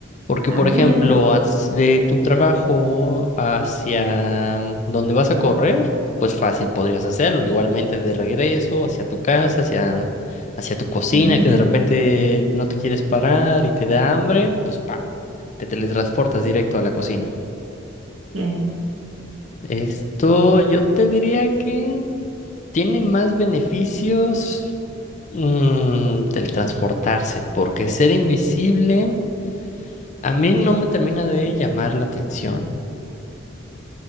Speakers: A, on the left; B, on the right.
A: Porque,
B: También.
A: por ejemplo, haz- de tu trabajo hacia donde vas a correr, pues fácil podrías hacerlo. Igualmente de regreso, hacia tu casa, hacia hacia tu cocina,
B: Ujú.
A: que de repente no te quieres parar y te da hambre, pues ¡pam! Te teletransportas directo a la cocina.
B: Bien.
A: Esto yo te diría que tiene más beneficios mm, teletransportarse, porque ser invisible a mí no me termina de llamar la atención.